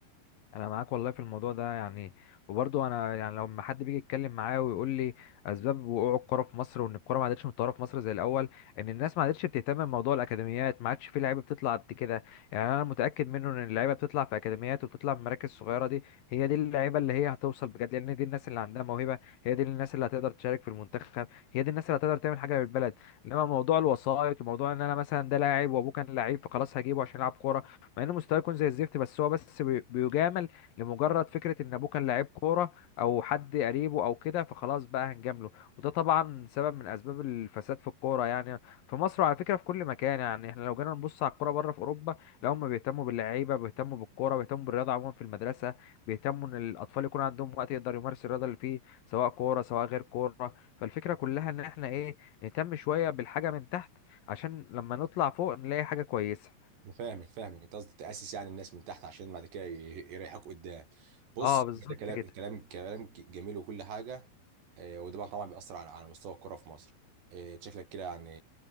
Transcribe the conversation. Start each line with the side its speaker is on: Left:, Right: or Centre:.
Left: انا معاك والله في الموضوع ده يعني وبرضه انا يعني لما حد بيجي يتكلم معايا ويقول لي اسباب وقوع الكوره في مصر وان الكوره ما عادتش متطوره في مصر زي الاول ان الناس ما عادتش بتهتم بموضوع الاكاديميات ما عادش في لعيبه بتطلع قد كده يعني انا متاكد منه ان اللعيبه بتطلع في اكاديميات وبتطلع في مراكز صغيره دي هي دي اللعيبه اللي هي هتوصل بجد لان دي الناس اللي عندها موهبه هي دي الناس اللي هتقدر تشارك في المنتخب هي دي الناس اللي هتقدر تعمل حاجه للبلد انما موضوع الوسائط وموضوع ان انا مثلا ده لاعب وابوه كان لعيب فخلاص هجيبه عشان يلعب كوره مع انه مستواه يكون زي الزفت بس هو بس بي- بيجامل لمجرد فكره ان ابوه كان لعيب كوره او حد قريبه او كده فخلاص بقى هنجامله وده طبعا سبب من اسباب الفساد في الكوره يعني في مصر وعلى فكره في كل مكان يعني احنا لو جينا نبص على الكوره بره في اوروبا لا هم بيهتموا باللعيبه بيهتموا بالكوره بيهتموا بالرياضه عموما في المدرسه بيهتموا ان الاطفال يكون عندهم وقت يقدر يمارس الرياضه اللي فيه سواء كوره سواء غير كوره فالفكره كلها ان احنا ايه نهتم شويه بالحاجه من تحت عشان لما نطلع فوق نلاقي حاجه كويسه
Right: أنا فاهمك فاهمك انت قصدك تاسس يعني الناس من تحت عشان بعد كده ي- يريحوك قدام بص
Left: اه بالظبط
Right: هو ده كلام
Left: كده
Right: كلام كلام جميل وكل حاجه آه، وده طبعا طبعاً بيأثر على على مستوى الكرة في مصر آه، شكلك كده يعني